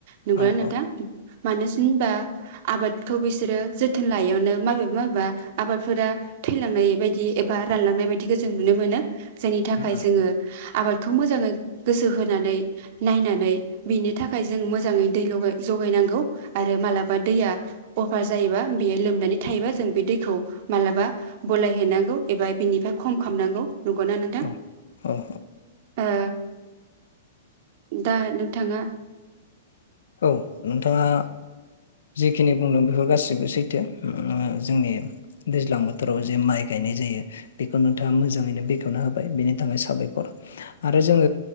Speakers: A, on the right; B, on the left.
A: नंगौ
B: औ उम
A: ना नोंथां <unintelligible> होमबा आबादखौ बिसोरो जोथोन लायैयावनो माबेबा माबेबा आबादफोरा थैलांनाय बायदि एबा रानलांनाय बायदिखौ जों नुनो मोनो जायनि थाखाय
B: उम
A: जोङो आबाद बेखौ मोजाङै गोसो होनानै नायनानै बिनि थाखाय जों मोजाङै दै लगाय जगायनांगौ आरो मालाबा दैया अभार जायोबा बेयो लोमनानै थायोबा जों बे दैखौ मालाबा बलाय हैेनांगौ एबा बिनिफ्राय खम खालामनांगौ नंगौना नोंथां
B: औ औ
A: ओ दा नोंथाङा
B: औ नोंथाङा जिखिनि बुंदों बेफोर गासिबो सैथो उम जोंनि दैज्लां बोथोराव जे माइ गायनाय जायो बेखौ नोंथाङा मोजाङैनो बेखेवना होबाय बेनि थाखाय साबायखर आरो जोङो